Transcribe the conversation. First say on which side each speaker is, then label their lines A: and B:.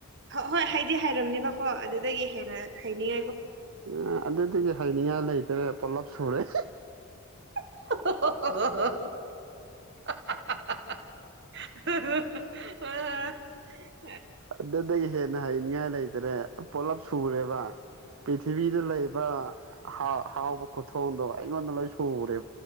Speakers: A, on the right; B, on the right.
A: ꯍꯣꯏ ꯍꯥꯏꯗꯤ ꯍꯥꯏꯔꯝꯅꯦꯕꯀꯣ ꯑꯗꯨꯗꯒꯤ ꯍꯅ ꯊꯥꯏꯅꯤ
B: ꯎ ꯑꯗꯨꯗꯒꯤ ꯍꯥꯏꯅꯤꯡꯉꯥꯏ ꯂꯩꯇ꯭ꯔꯦ ꯄꯨꯂꯞ ꯁꯨꯔꯦ
A: ꯑꯣ ꯑ
B: ꯑꯗꯨꯗꯒꯤ ꯍꯦꯟꯅ ꯍꯩꯅꯤꯡꯉꯥꯏ ꯂꯩꯇ꯭ꯔꯦ ꯄꯨꯂꯞ ꯁꯨꯔꯦꯕ ꯄ꯭ꯔꯤꯊꯤꯕꯤꯗ ꯂꯩꯕ ꯍꯥꯎꯕ ꯀꯊꯣ ꯍꯣ ꯑꯩꯩꯅꯣꯟ ꯁꯨꯔꯣꯔꯦ